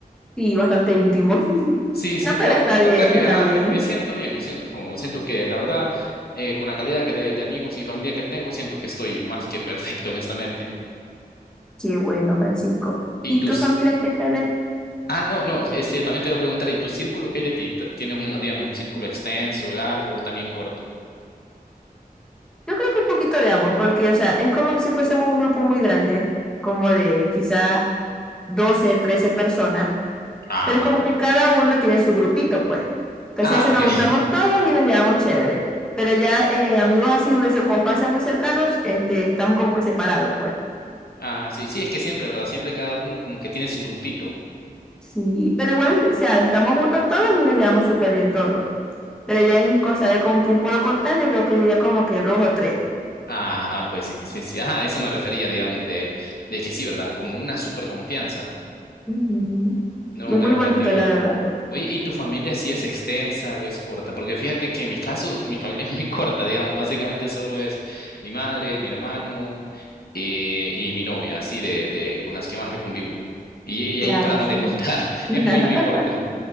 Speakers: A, in the centre; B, on the left (about 80°).
A: Sí, bastante íntimo. <laughs>
B: Sí, sí,
A: No,
B: pero
A: pero está bien,
B: la verdad que,
A: está
B: ajá,
A: bien.
B: me, me siento bien, me siento como, siento que la verdad, eh, con la calidad que de, de amigos y familia que tengo, siento que estoy más que perfecto, honestamente.
A: Qué bueno, Francisco.
B: ¿Y
A: ¿Y
B: tú?
A: tu familia qué tal es?
B: Ah, no, no, este, también te voy a preguntar, ¿y tu círculo que hay de ti? T- ¿Tienes un, digamos, un círculo extenso, largo o también corto?
A: Yo creo que un poquito de ambos, porque, o sea, es como si fuésemos un grupo muy grande, como de quizás 12 13 personas,
B: Ah,
A: pero
B: no.
A: es como que cada uno tiene su grupito, pues. Entonces
B: Ah,
A: ahí se
B: ok.
A: nos
B: <laughs>
A: juntamos todos y nos llevamos chévere. Pero ya eh, amigos así de circunstancias muy cercanos, este, estamos como que separados, pues.
B: Ah, sí, sí, es que siempre, ¿verdad? Siempre cada uno como que tiene su grupito.
A: Sí, pero igual, o sea, estamos juntos todos y nos llevamos súper bien todos. Pero ya en cosa de con quién puedo contar, yo creo que diría como que dos o tres.
B: Ah, ah, pues sí, sí, sí. Ajá, a eso me refería, digamos, de, de que sí, ¿verdad? Como una super confianza.
A: Ujú.
B: No,
A: Y es
B: la
A: muy
B: verdad
A: bonito,
B: que bien.
A: la verdad.
B: Oye, ¿y tu familia sí es extensa o es corta? Porque fíjate que en mi caso, mi familia <laughs> es muy corta, digamos. Básicamente solo es mi madre, mi hermano eh, y mi novia, así de, de con las que más que convivo. Y, y
A: Claro,
B: ahí paramos
A: sí.
B: de contar. <laughs>
A: <laughs>
B: Es muy, muy corta.